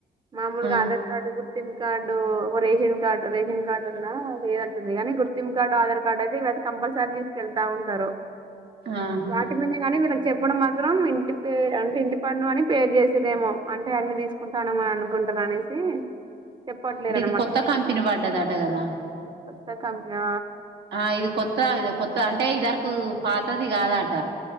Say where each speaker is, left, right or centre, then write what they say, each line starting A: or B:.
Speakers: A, on the right; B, on the right.
A: మాముూలుగా
B: ఆ
A: ఆధార్ కార్డు కూడా గుర్తింపు కార్డు ఓ రేషన్ కార్డు రేషన్ కార్డు ఉన్నా లేదంటుంది కానీ గుర్తిం కార్డు ఆధార్ కార్డు అయితే ఇవితే కంపల్సరీ తీసుకెళ్తా అంటా ఉంటారు
B: ఆహా
A: వాటి మీద కాని వీళ్ళకి చెప్పడం మాత్రం ఇంటి పేరు అంటే ఇంటి పన్న అని పేరు చేసేదేమో అంటే అన్ని తీసుకుంటానమని అనుకుంటారు అనేసి చెప్పట్లేరునమాట
B: అంటే ఇది కొత్త
A: మీకు
B: కంపెనీ పడ్డదట కదా
A: కొత్త కంపెనీ
B: ఆ ఇది కొత్త కొత్త అంటే ఇదిద వరకు పాతది గాదట